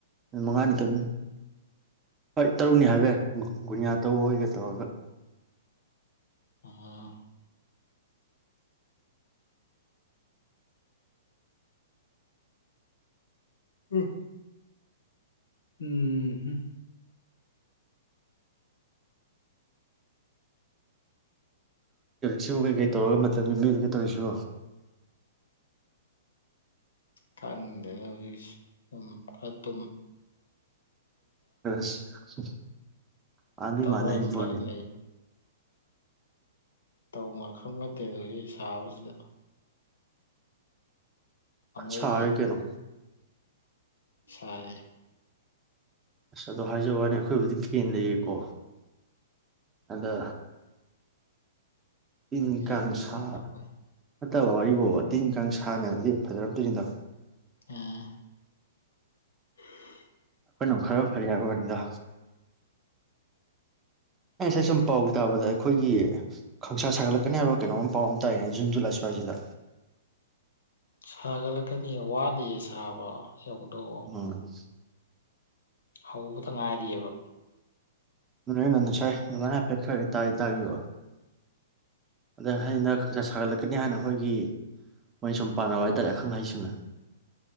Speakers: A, on the right (about 20°); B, on the left (about 70°).
A: ꯅꯨꯃꯤꯠ ꯃꯉꯥꯅꯤꯅꯤ ꯍꯣꯏ ꯇꯔꯨꯛꯅꯤ ꯍꯥꯏꯕ ꯌꯥꯏ ꯒꯨꯅꯤꯌꯥ ꯇꯧꯕ ꯑꯣꯏꯒ ꯇꯧꯔꯒ
B: ꯑꯥ ꯎꯝ ꯎꯝ
A: ꯁꯤꯕꯨ ꯀꯩꯀꯩ ꯇꯧꯔꯒ ꯃꯇꯝ ꯂꯦꯟꯕꯤꯕꯒꯦ ꯇꯧꯔꯤꯁꯤ
B: ꯈꯪꯗꯦꯗꯥ ꯍꯧꯖꯤꯛꯁꯦ ꯈꯔ ꯑꯗꯨꯝ
A: <unintelligible> ꯃꯥꯟꯗꯤ
B: ꯇꯧꯔ
A: ꯃꯥꯟꯅꯔꯤ
B: ꯑꯗꯨꯝ
A: ꯄꯣꯠꯅꯤ
B: ꯄꯪꯂꯩ ꯇꯧꯉ ꯈꯐꯝ ꯅꯠꯇꯦꯗ ꯍꯧꯖꯤꯛ ꯁꯥꯕꯁꯤꯗ ꯄꯪꯂꯩ
A: ꯁꯥꯔꯦ ꯀꯩꯅꯣ
B: ꯁꯥꯔꯦ
A: ꯑꯁ ꯑꯗꯣ ꯍꯥꯏꯖꯕ ꯋꯥꯅꯤ ꯑꯩꯈꯣꯏꯕꯨꯗꯤ ꯐꯦꯟ ꯂꯩꯌꯦꯀꯣ ꯑꯗ ꯏꯟꯀꯥꯟ
B: ꯐꯦꯟ ꯂꯩꯕ
A: ꯁꯔ
B: ꯉꯝꯃꯣꯏ꯫
A: ꯐꯠꯇꯕ ꯋꯥꯔꯤꯕꯣꯕ ꯇꯤꯟ ꯀꯥꯡ ꯁꯥ ꯃꯌꯥꯝꯁꯤ ꯐꯖꯔꯛꯇꯣꯏꯅꯤꯗꯣ
B: ꯑꯥ <inaudible>
A: ꯑꯩꯈꯣꯏꯅ ꯑꯃꯨꯛ ꯈꯔ ꯐꯔ ꯍꯥꯏꯕ ꯑꯣꯅꯤꯗ ꯑꯩ ꯉꯁꯥꯏ ꯁꯨꯝ ꯄꯥꯎ ꯇꯥꯕꯗ ꯑꯩꯈꯣꯏꯒꯤ ꯈꯪꯁꯥ ꯁꯥꯒꯠꯂꯛꯀꯅꯤ ꯍꯥꯏꯕ ꯀꯩꯅꯣꯝ ꯄꯥꯎ ꯑꯃ ꯇꯥꯅꯦ ꯖꯨꯟ ꯖꯨꯂꯥꯏ ꯁ꯭ꯋꯥꯏꯁꯤꯗ
B: ꯁꯥꯒꯠꯂꯛꯀꯅꯤ ꯋꯥꯠꯂꯤꯌꯦ ꯁꯥꯕ ꯌꯧꯗꯧꯕ
A: ꯎꯝ
B: ꯍꯧꯕꯇ ꯉꯥꯏꯔꯤꯑꯦꯕ
A: ꯅꯣꯏꯅ ꯉꯁꯥꯏ ꯑꯗꯨꯃꯥꯏꯅ ꯍꯥꯏꯐꯦꯠ ꯈꯔ ꯇꯥꯛꯑꯦ ꯇꯥꯈꯤꯕ ꯑꯗ ꯑꯩꯅ ꯈꯪꯁꯥ ꯁꯥꯒꯠꯂꯛꯀꯅꯤ ꯍꯥꯏꯅ ꯑꯩꯈꯣꯏꯒꯤ ꯑꯩꯈꯣꯏ ꯁꯨꯝ ꯄꯥꯅꯕ ꯍꯥꯏꯇꯥꯔꯦ ꯑꯈꯪ ꯑꯍꯩꯁꯤꯡꯅ